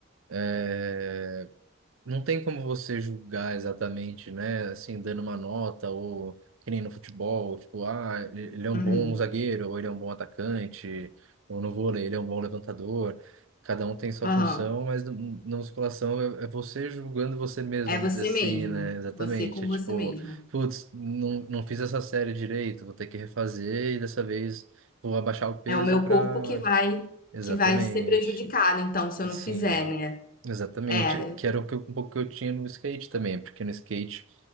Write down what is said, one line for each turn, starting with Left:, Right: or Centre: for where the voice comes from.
Right: é, não tem como você julgar exatamente, né? Assim, dando uma nota ou que nem no futebol, tipo, ah, ele ele é um
Left: uhum,
Right: bom zagueiro, ou ele é um bom atacante, ou no vôlei, ele é um bom levantador. Cada um tem sua
Left: aham.
Right: função, mas n- na musculação é é você julgando você mesmo,
Left: É você
Right: vamos dizer assim,
Left: mesmo,
Right: né? Exatamente.
Left: você com
Right: É tipo,
Left: você mesmo.
Right: putz, não, não fiz essa série direito, vou ter que refazer e dessa vez vou abaixar o peso
Left: É o meu
Right: para.
Left: corpo que vai
Right: Exatamente.
Left: que vai ser prejudicado, então, se eu
Right: Sim.
Left: não fizer, né?
Right: Exatamente,
Left: É,
Right: que era o que eu- um pouco que eu tinha no skate também, porque no skate,